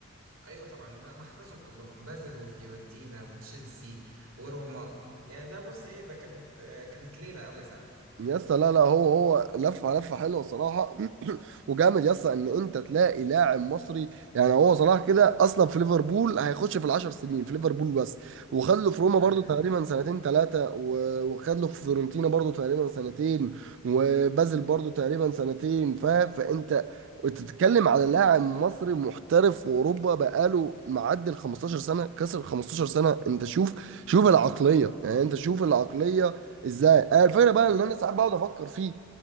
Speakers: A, on the right; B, on the right.
A: ايوه طبعا ده انا حافظهم كلهم بازل وفيورنتينا وتشيلسي وروما يعني ده بص ايه ده كانت آه، كانت ليله قوي ساعات
B: يس لا لا هو هو لفه لفه حلوه صراحه <clears throat> وجامد يس ان انت تلاقي لاعب مصري يعني هو صلاح كده اصلا في ليفربول هيخش في العشر سنين في ليفربول بس وخد له في روما برضو
A: ايوه
B: تقريبا سنتين ثلاثه وخد له في فيورنتينا برضو تقريبا سنتين وبازل برضو تقريبا سنتين فاهم فانت تتكلم على لاعب مصري محترف في اوروبا بقاله معدي ال 15 سنه كسر 15 سنه انت شوف شوف العقليه يعني انت شوف العقليه ازاي آه، الفكره بقى ان انا ساعات بقعد افكر فيه